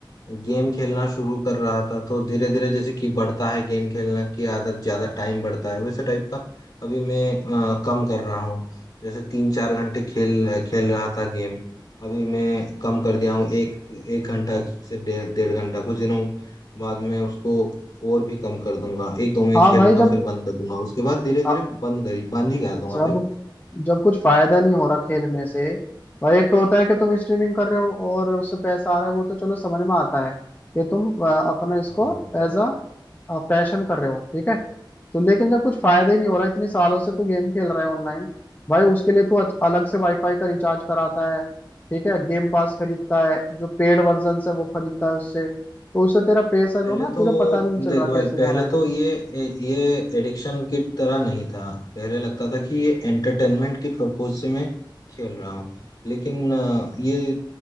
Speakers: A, on the left (about 55°); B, on the left (about 25°).
A: गेम खेलना शुरू कर रहा था तो धीरे धीरे जैसे कि बढ़ता है गेम खेलना की आदत ज्यादा टाइम बढ़ता है वैसे टाइप का अभी मैं अ, कम कर रहा हूँ जैसे तीन चार घंटे खेल खेल रहा था गेम अभी मैं कम कर दिया हूँ एक एक घंटा से डेढ़ डेढ़ घंटा कुछ दिनों बाद में उसको और भी कम कर दूंगा एक दो मैच
B: हाँ
A: खेलूंगा
B: भाई जब
A: फिर बंद कर दूंगा उसके बाद धीरे धीरे
B: आ-
A: बंद करी बंद ही कर दूंगा
B: जब
A: भाई
B: जब कुछ फायदा नहीं हो रहा खेलने से भाई एक तो होता है कि तुम स्ट्रीमिंग कर रहे हो और उससे पैसा आ रहा है वो तो चलो समझ में आता है कि तुम अ, अपना इसको
A: हाँ हाँ
B: एज अ पैशन कर रहे हो ठीक है तो लेकिन जब कुछ फायदा ही नहीं हो रहा इतने सालों से तू गेम खेल रहा है ऑनलाइन भाई उसके लिए तू अच- अलग से वाईफाई का रिचार्ज कराता है ठीक है गेम पास खरीदता है जो पेड वर्जन है वो खरीदता है उससे तो उससे तेरा पैसा जो
A: पहले
B: ना
A: तो
B: तुझे पता भी नहीं चल
A: देखो
B: रहा कैसे
A: भाई
B: जा
A: पहले
B: रहा है
A: तो ये ये एडिक्शन की तरह नहीं था पहले लगता था कि ये एंटरटेनमेंट की पर्पज से मैं खेल रहा हूँ लेकिन अ, ये